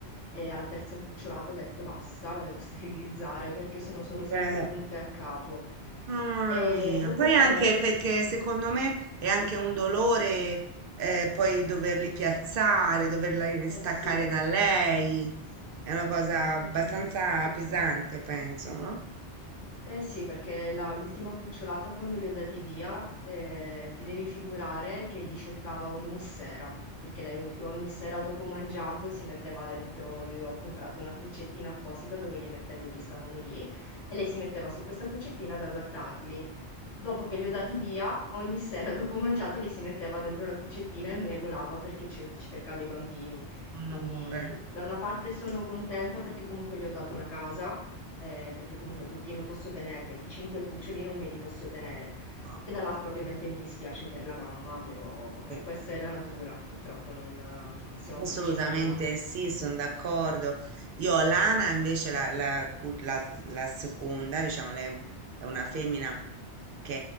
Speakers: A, on the left; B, on the right.
A: E alla terza cucciolata ho detto basta, la devo <laughs> sterilizzare perché sono, sono sempre
B: Beh,
A: punte a capo.
B: no, mamma
A: E
B: mia.
A: l'ho
B: Poi
A: portata
B: anche
A: da questo.
B: perché secondo
A: <laughs>
B: me è anche un dolore eh, poi doverli piazzare, doverla staccare
A: Eh sì.
B: da lei. È una cosa abbastanza
A: Mm, mm.
B: pesante, penso, no?
A: Eh sì, perché la- l'ultima cucciolata quando li ho dati via, eh, ti devi figurare che li cercava ogni sera, perché lei ogni sera dopo mangiato si metteva dentro, gli ho comprato una cuccettina apposita dove li mettevo lì, stavano lì, e lei si metteva su questa cuccettina ad allattarli. Dopo che li ho dati via, ogni sera dopo mangiato lei si metteva dentro la cuccettina e megolava perché cer- cercava i bambini.
B: Un
A: Quindi
B: amore.
A: da una parte sono contenta perché comunque gli ho dato una casa, eh, perché comunque tutti non posso tenermeli, cinque cuccioli non me li posso tenere.
B: No.
A: E dall'altra ovviamente mi dispiace per la mamma, però e
B: eh.
A: questa è la natura, purtroppo non eh, possiamo
B: Assolutamente
A: farci nulla. <laughs>
B: sì, sono d'accordo. Io Lana invece la, la cu- la- la seconda, diciamo, lei è una femmina che